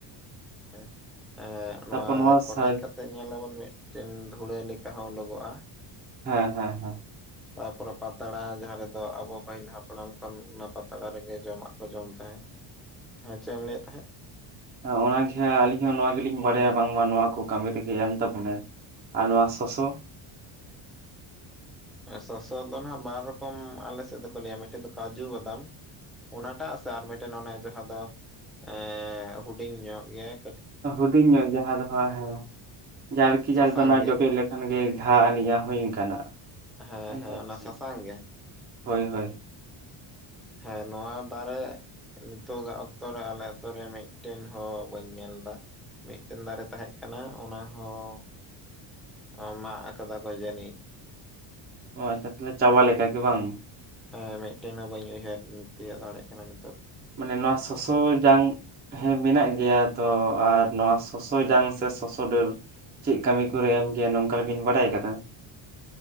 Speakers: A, in the centre; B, on the right.
A: ᱮᱫ ᱱᱚᱣᱟ
B: ᱛᱟᱨᱯᱚᱨ
A: ᱠᱚᱴᱮᱡ
B: ᱥᱟᱨ
A: ᱠᱟᱛᱮ ᱧᱮᱞᱟᱵᱚᱱ ᱢᱤᱫᱴᱮᱱ ᱫᱷᱩᱲᱟᱹ ᱞᱮᱠᱟ ᱦᱚᱸ ᱳᱰᱳᱜᱚᱜ ᱟ
B: ᱦᱮᱸ ᱦᱮᱸ ᱦᱮᱸ
A: ᱛᱟᱯᱚᱨᱮ ᱯᱟᱛᱲᱟ ᱡᱟᱦᱟᱸ ᱨᱮᱫᱚ ᱟᱵᱚ ᱯᱟᱹᱦᱤᱞ ᱦᱟᱯᱲᱟᱢ ᱠᱷᱚᱱ ᱚᱱᱟ ᱯᱟᱛᱲᱟ ᱨᱮᱜᱮ ᱡᱚᱢᱟᱜ ᱠᱚ ᱡᱚᱢ ᱛᱟᱦᱮᱸᱫ ᱮᱸ ᱪᱮᱫ ᱮᱢ ᱞᱟᱹᱭᱮᱫ ᱛᱟᱦᱮᱸᱫ
B: ᱚᱱᱟᱜᱮ ᱦᱟᱜ ᱟᱹᱞᱤᱧ ᱦᱚᱸ ᱱᱚᱣᱟ ᱜᱮᱞᱤᱧ ᱵᱟᱲᱟᱭᱟ ᱵᱟᱝᱢᱟ ᱱᱚᱣᱟ ᱠᱚ ᱠᱟᱹᱢᱤ ᱨᱮᱜᱮ ᱮᱢ ᱛᱟᱵᱚᱱᱟᱭ ᱟᱨ ᱱᱚᱣᱟ ᱥᱚᱥᱚ
A: ᱥᱟᱥᱚ ᱫᱚ ᱟᱸᱜ ᱵᱟᱨ ᱨᱚᱠᱚᱢ ᱟᱞᱮ ᱥᱮᱫ ᱫᱚᱠᱚ ᱞᱟᱹᱭᱟ ᱢᱤᱫᱴᱮᱱ ᱫᱚ ᱠᱟᱡᱩ ᱵᱟᱫᱟᱢ ᱚᱱᱟᱴᱟᱜ ᱥᱮ ᱟᱨ ᱢᱤᱫᱴᱮᱱ ᱚᱱᱮ ᱡᱟᱦᱟᱸ ᱫᱚ ᱮ ᱦᱩᱰᱤᱧ ᱧᱚᱜ ᱜᱮᱭᱟ
B: ᱦᱩᱰᱤᱧ ᱧᱚᱜ ᱡᱟᱦᱟᱸ ᱫᱚ ᱦᱳᱭ ᱦᱮᱸ ᱡᱟᱨᱠᱤ
A: ᱥᱟᱥᱟᱝ
B: ᱡᱟᱞ ᱫᱚ ᱚᱱᱟ
A: ᱜᱮ
B: ᱡᱚᱴᱮᱫ ᱞᱮᱠᱟ ᱠᱷᱟᱱ ᱜᱮ ᱜᱷᱟ ᱟᱹᱞᱤᱡᱟᱜ ᱦᱩᱭ ᱠᱟᱱᱟ
A: ᱦᱮᱸ
B: ᱟᱪᱪᱷᱟ
A: ᱦᱮᱸ ᱚᱱᱟ ᱥᱟᱥᱟᱝ ᱜᱮ
B: ᱦᱳᱭ ᱦᱳᱭ
A: ᱦᱮᱸ ᱱᱚᱣᱟ ᱫᱟᱨᱮ ᱱᱤᱛᱚᱜᱟᱜ ᱚᱠᱛᱚᱨᱮ ᱟᱞᱮ ᱟᱹᱛᱩ ᱨᱮ ᱢᱤᱫᱴᱮᱱ ᱦᱚᱸ ᱵᱟᱹᱧ ᱧᱮᱞ ᱫᱟ ᱢᱤᱫᱴᱮᱱ ᱫᱟᱨᱮ ᱛᱟᱦᱮᱸ ᱠᱟᱱᱟ ᱚᱱᱟ ᱦᱚᱸ ᱚ ᱢᱟᱜ ᱠᱟᱫᱟᱠᱚ ᱡᱟᱹᱱᱤᱡ
B: ᱚ ᱟᱪᱪᱷᱟ ᱛᱟᱦᱚᱞᱮ ᱪᱟᱵᱟ ᱞᱮᱠᱟ ᱜᱮ ᱵᱟᱝ
A: ᱦᱮ ᱢᱤᱫᱴᱮᱱ ᱦᱚᱸ ᱵᱟᱹᱧ ᱩᱭᱦᱟᱹᱨ ᱛᱤᱭᱳᱜ ᱫᱟᱲᱮᱭᱟᱜ ᱠᱟᱱᱟ ᱱᱤᱛᱚᱜ ᱫᱚ
B: ᱢᱟᱱᱮ ᱱᱚᱣᱟ ᱥᱚᱥᱚ ᱡᱟᱝ ᱦᱮᱸ ᱢᱮᱱᱟᱜ ᱜᱮᱭᱟ ᱛᱚ ᱟᱨ ᱱᱚᱣᱟ ᱥᱚᱥᱚ ᱡᱟᱝ ᱥᱮ ᱥᱚᱥᱚ ᱰᱟᱹᱨ ᱪᱮᱫ ᱠᱟᱹᱢᱤ ᱠᱚᱨᱮ ᱮᱢ ᱜᱮᱭᱟ ᱱᱚᱝᱠᱟ ᱜᱮᱵᱤᱱ ᱵᱟᱰᱟᱭ ᱠᱟᱫᱟ